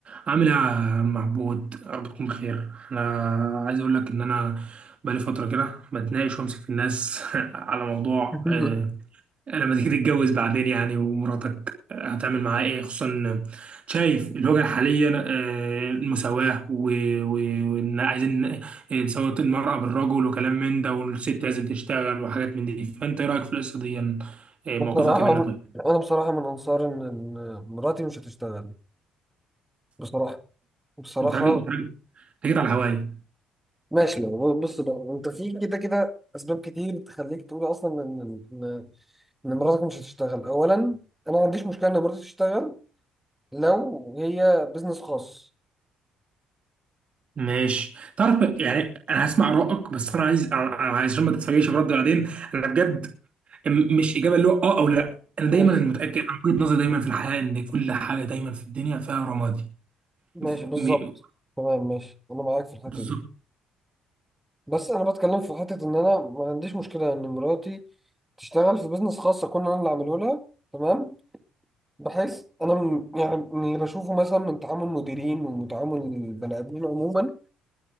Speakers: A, on the right; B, in the centre.
A: عامل ايه يا عم عبود يا رب تكون بخير انا عايز اقول لك ان انا بقالي فتره كده بتناقش وامسك في الناس <laughs> على موضوع
B: <laughs>
A: آه، لما تيجي تتجوز بعدين يعني ومراتك هتعمل معاها ايه خصوصا إن شايف الوجهه الحاليه آه، المساواه و- و- وان عايزين نساوي المراه بالرجل وكلام من ده والست لازم تشتغل وحاجات من دي فانت ايه رايك في القصه دي آه،
B: بصراحة
A: موقفك ايه منها طيب
B: أنا بصراحة من أنصار إن إن مراتي مش هتشتغل بصراحة بصراحة
A: انت راجل انت راجل انت جيت على هواي
B: ماشي يعني بص بقى أنت في كده كده أسباب كتير تخليك تقول أصلا إن إن إن مراتك مش هتشتغل أولا أنا ما عنديش مشكلة إن مراتي تشتغل لو هي بيزنس خاص
A: ماشي تعرف يعني انا هسمع رأيك بس انا عايز أنا أنا عايز عشان ما تتفاجئش برد بعدين انا بجد م- مش اجابه اللي هو اه او لا انا
B: ماشي
A: دايما أنا متاكد عن وجهه نظري دايما في الحياه ان كل حاجه دايما في الدنيا فيها رمادي
B: ماشي
A: ف-
B: بالظبط
A: م-
B: تمام ماشي أنا معاك في الحتة
A: بالظبط
B: دي بس أنا بتكلم في حتة إن أنا ما عنديش مشكلة إن مراتي تشتغل في بيزنس خاص أكون أنا اللي عامله لها تمام بحس انا م- يعني من اللي بشوفه مثلا من تعامل مديرين وتعامل البني ادمين عموما